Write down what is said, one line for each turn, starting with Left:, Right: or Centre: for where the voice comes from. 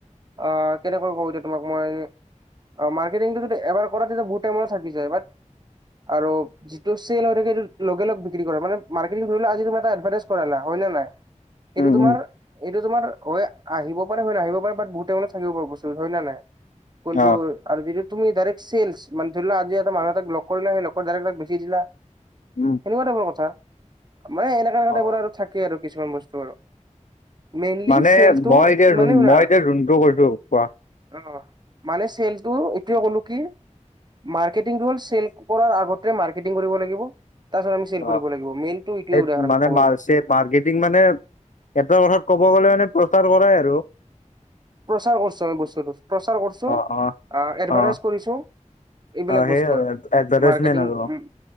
Right: অ কেনেকৈ কওঁ এতিয়া তোমাক মই। মাৰ্কেটিংটো যদি এবাৰ কৰা তেতিয়া বহুত টাইমত চাৰ্ভিচ যায় বাট আৰু। যিটো চেল হৈ থাকে সেইটো লগে লগ বিক্ৰী কৰে মানে মাৰ্কেটিং ধৰিলোৱা আজি তামানে এটা এডভাৰটাইজ কৰালা হয় নে নাই।
Left: উম
Right: এইটো তোমাৰ
Left: উম
Right: এইটো তোমাৰ হয় আহিব পাৰে হয় নাহিব পাৰে বাট বহুত টাইম লৈকে থাকিব পাৰে বস্তু হয় নে নাই। কোনটো
Left: অ
Right: আৰু যদিটো তুমি ডাইৰেক্ট চেলছ মান ধৰি লোৱা আজি এটা মানুহ তাক লগ কৰিলা সেই লগকৰ ডাইৰেক্ট তাক বেছি দিলা।
Left: উম।
Right: এনেকুৱা টাইপৰ কথা মানে এনেকা এনকা
Left: অ
Right: টাইপৰ আৰু থাকেই আৰু কিছুমান বস্তু আৰু। মেইনলি
Left: মানে
Right: চেলটো
Left: মই এতিয়া
Right: মানে শুনা
Left: মই এতিয়া যোনটো কৈছো কোৱা
Right: অঁ' মানে চেলটো এইটোৱে ক'লো কি। মাৰ্কেটিংটো হ'ল চেল কৰাৰ আগতে মাৰ্কেটিং কৰিব লাগিব। তাৰপিছত আমি চেল
Left: অ
Right: কৰিব লাগিব মেইনটো এইোৱেই
Left: সেই
Right: উদাহৰণ
Left: মানে
Right: ক'ব গ'লে।
Left: মাৰ্কেটিং মানে এটা কথাত ক'ব গ'লে মানে প্ৰচাৰ কৰাই আৰু।
Right: প্ৰচাৰ কৰছো আমি বস্তুটো প্ৰচাৰ কৰছো
Left: অ অ
Right: আহ এডভাৰটাইজ
Left: অ
Right: কৰিছো। এইবিলাক
Left: অ সেই
Right: বস্তু আৰু
Left: এডভাৰটাইজমেন্ট
Right: মাৰ্কেটিং
Left: আৰু
Right: উম।
Left: অ